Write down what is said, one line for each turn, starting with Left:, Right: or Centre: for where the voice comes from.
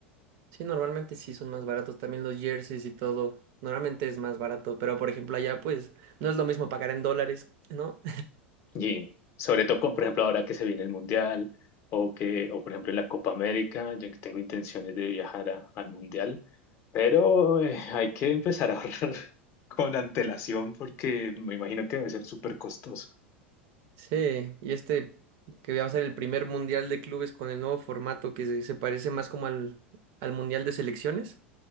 Right: sí, normalmente sí son más baratos también los jerseys y todo. Normalmente es más barato, pero por ejemplo, allá pues no es lo mismo pagar en dólares, ¿no?
Left: Y sobre todo, con, por ejemplo, ahora que se viene el Mundial o que, o por ejemplo, en la Copa América, yo que tengo intenciones de viajar a- al Mundial, pero eh, hay que empezar a ahorrar <laughs> con antelación porque me imagino que debe ser súper costoso.
Right: Sí, y este que va a ser el primer mundial de clubes con el nuevo formato que se, se parece más como al, al mundial de selecciones,